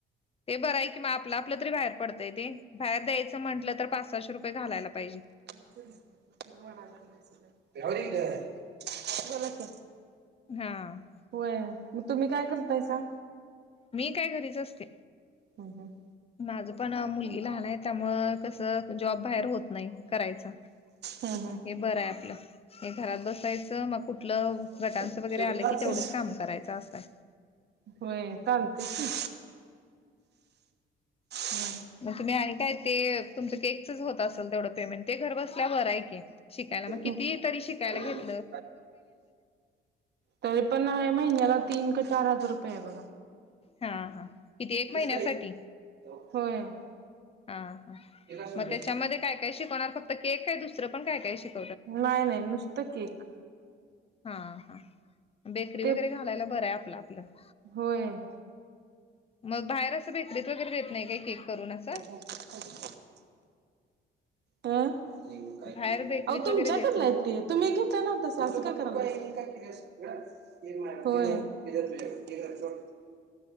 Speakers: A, on the left; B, on the right.
A: ते बरं आहे कि म आपलं आपलं तरी बाहेर पडतंय ते. बाहेर द्यायचं म्हंटलं तर पाच सहाशे रुपये घालायला पाहिजे.
B: वडाय लागले तीत राहूदे की तीत बोला कि.
A: हां.
B: होय म तुम्ही काय करतायसा?
A: मी काय घरीच असते.
B: हम हम.
A: माझं पण मुलगी लहान आहे त्यामुळं कसं जॉब बाहेर होत नाही करायचा.
B: हम्म
A: म बरं आहे आपलं. हे घरात बसायचं म कुठलं गटांचं
B: हम्म.
A: वगैरे आलं की तेवढंच काम करायचं आसंय.
B: होय कालते की. हम्म.
A: म तुम्ही आणि काय? ते तुमचं केकचच होत आसल तेवढं पेमेंट ते घर बसल्या बरं आहे की. शिकायला म किती
B: हो
A: तरी शिकायला
B: काही झालीस
A: घेत?
B: तरी पण आहे महिन्याला तीन का चार हजार रुपये आहे बगा.
A: हां हां. किती एक महिन्यासाठी?
B: काही ते
A: हां हा
B: काय सोडलीस.
A: म त्याच्यामध्ये काय काय शिकणार फक्त केक आहे दुसरं पण काय शिक
B: नाय नाय नुसतं केक
A: हां हा बेकरी
B: ते
A: वगैरे घालायला बरं आहे आपलं आपलं
B: होय.
A: मग बाहेर आसं बेकरीत वगैरे देत नाही काय केक करून असं
B: च <unintelligible> आं काय
A: बाहेर
B: केली
A: बेकरीत
B: काय आओ तुमच्यात
A: वगैरे देत
B: आणलाय
A: नाही
B: केक. तुम्ही घेतला ना तसा आसं काय करायला <unintelligible>